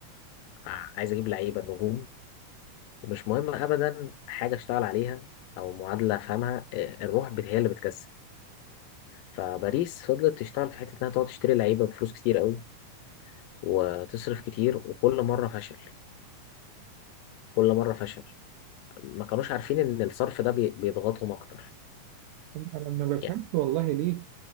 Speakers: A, on the left; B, on the right.
A: ع- عايز اجيب لعيبه نجوم ومش مهم ابدا حاجه اشتغل عليها او معادله افهمها آه، الروح بت- هي اللي بتكسب فباريس فضلت تشتغل في حته انها تقعد تشتري لعيبه بفلوس كتير قوي وتصرف كتير وكل مرة فشل كل مرة فشل ما كانوش عارفين إن الصرف ده بي- بيضغطهم أكتر
B: انا ما بفهمش
A: يعني
B: والله ليه